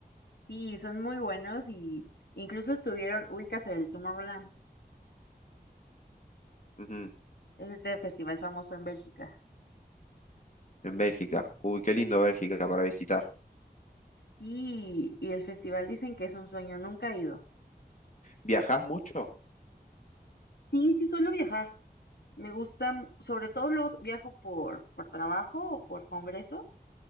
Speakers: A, on the left; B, on the left.
A: Sí, son muy buenos y incluso estuvieron, ubícase el Tomorrowland.
B: Ujú,
A: Es este festival famoso en Bélgica.
B: En Bélgica. Uy, qué lindo Bélgica para visitar.
A: Y, y el festival dicen que es un sueño, nunca he ido.
B: ¿Viajás mucho?
A: Sí, sí suelo viajar. Me gusta, m- sobre todo lo viajo por, por trabajo o por congresos.